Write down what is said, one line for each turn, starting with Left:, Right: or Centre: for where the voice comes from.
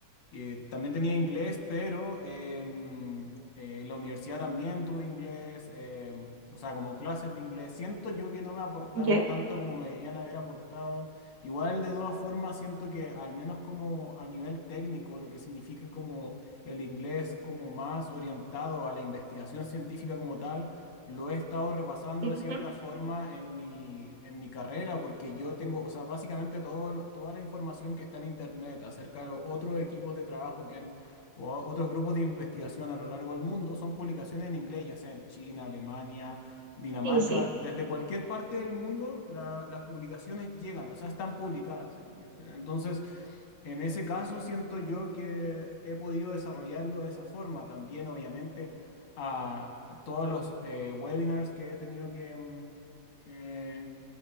Left: eh, también tenía inglés, pero em, eh, en la universidad también tuve inglés, em, o sea, como clases de inglés. Siento yo que no me aportaron
Right: ok,
Left: tanto como me deberían haber aportado. Igual, de todas formas, siento que al menos como a nivel técnico, lo que significa como el inglés como más orientado a la investigación científica como tal, lo he estado repasando
Right: ujú,
Left: de cierta forma en mi, en mi carrera, porque yo tengo, o sea, básicamente todo, lo- toda la información que está en Internet acerca de los otros equipos de trabajo que han, o a- otros grupos de investigación a lo largo del mundo, son publicaciones en inglés, ya sea en China, Alemania, Dinamarca,
Right: Sí, sí.
Left: desde cualquier parte del mundo, la- las publicaciones llegan, o sea, están publicadas en inglés. Entonces, en ese caso, siento yo que he podido desarrollarlo de esa forma. También, obviamente, a todos los eh, webinars que he tenido que, mm, que,